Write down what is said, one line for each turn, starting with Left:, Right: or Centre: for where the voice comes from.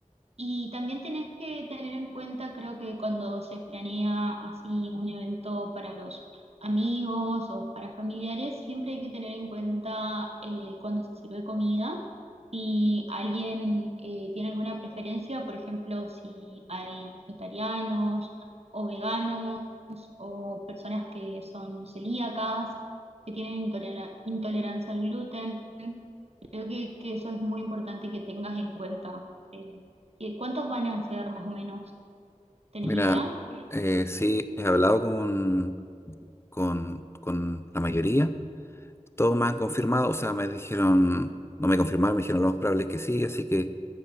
Right: Y también tenés que tener en cuenta, creo que cuando se planea así un evento para los amigos o para familiares, siempre hay que tener en cuenta eh, cuando se sirve comida, si alguien eh, tiene alguna preferencia, por ejemplo, si hay vegetarianos o veganos o personas que son celíacas, que tienen intolera- intolerancia al gluten. Creo que, que eso es muy importante que tengas en cuenta. Eh, ¿y ¿cuántos van a ser más o menos? ¿Tenés
Left: Mira,
Right: idea?
Left: eh, sí, he hablado con, con, con la mayoría. Todos me han confirmado, o sea, me dijeron, no me confirmaron, me dijeron lo más probable es que sí, así que